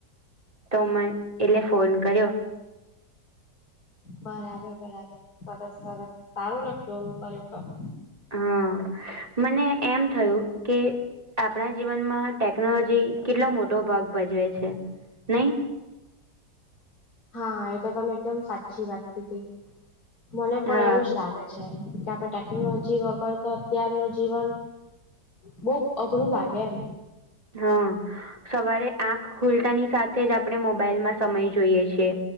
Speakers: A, on the right (about 20°); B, on the left (about 55°).
A: તો મને એટલે ફોન કર્યો.
B: બરાબર બરાબર સરસ સરસ સારું ને ફોલ કર્યું તો.
A: હા મને એમ થયું કે. આપણા જીવનમાં ટેકનોલોજી કેટલો મોટો ભાગ ભજવે છે નહી.
B: હા એ તો તમે એકદમ સાચી વાત કીધી મને પણ
A: હા
B: એવું જ લાગે. કે આપણે ટેકનોલોજી વગર તો અત્યારનું જીવન. બહુ અઘરો લાગે એમ.
A: હા સવારે આંખ ખુલતાની સાથે જ આપણે મોબાઈલમાં સમય જોઈએ છે.